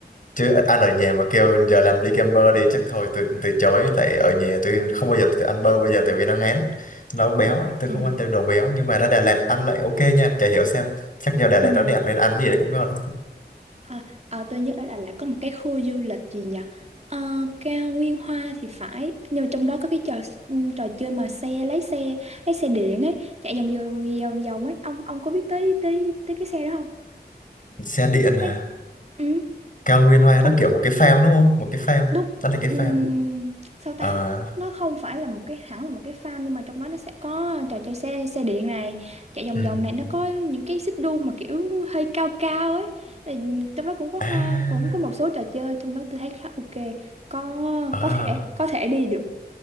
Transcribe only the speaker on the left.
chứ ăn ở nhà mà kêu giờ làm đi kem bơ đi chắc thôi tôi từ chối tại ở nhà tôi không bao giờ tôi ăn bơ bây giờ tại vì nó ngán nó béo ấy, tôi
không ăn được đồ béo nhưng mà ra Đà Lạt ăn lại ok nha chả hiểu sao chắc nhờ Đà Lạt
nó đẹp nên ăn gì đấy cũng ngon
xe điện hả
Cao Nguyên Hoa
nó kiểu một cái farm đúng không một cái farm
nó là cái
farm
ờ
ừm.
À,
À,